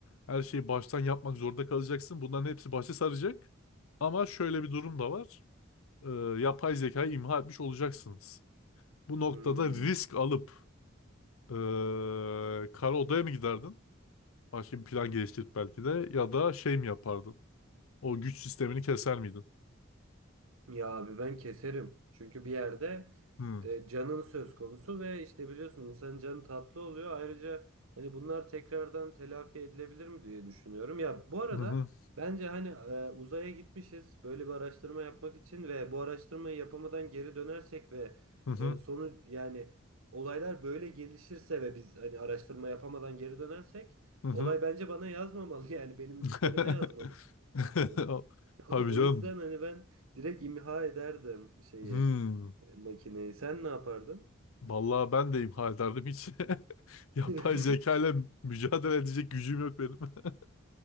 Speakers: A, on the left; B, on the right.
A: her şeyi baştan yapmak zorunda kalacaksın. Bunların hepsi başa saracak. Ama şöyle bir durum da var. Ee, yapay zekayı imha etmiş olacaksınız. Bu noktada
B: Hı.
A: risk alıp e, kara odaya mı giderdin? Başka bir plan geliştirip belki de ya da şey mi yapardın? O güç sistemini keser miydin?
B: Ya abi ben keserim. Çünkü bir yerde
A: Hmm.
B: e, canın söz konusu ve işte biliyorsun insanın canı tatlı oluyor. Ayrıca hani bunlar tekrardan telafi edilebilir mi diye düşünüyorum. Ya bu arada
A: Hı hı.
B: bence hani e, uzaya gitmişiz böyle bir araştırma yapmak için ve bu araştırmayı yapamadan geri dönersek ve
A: Hı hı.
B: e, sonuç yani olaylar böyle gelişirse ve biz hani araştırma yapamadan geri dönersek
A: Hı hı.
B: olay bence bana yazmamalı <laughs> yani benim
A: <laughs>
B: üstlerime yazmalı diyorum. <laughs>
A: Tabii
B: O
A: canım.
B: yüzden hani ben direkt imha ederdim şeyi,
A: Hmm.
B: e, makineyi. Sen ne yapardın?
A: Vallahi ben de imha ederdim hiç. <laughs> Yapay
B: <laughs>
A: zeka ile mücadele edecek gücüm yok benim. <laughs>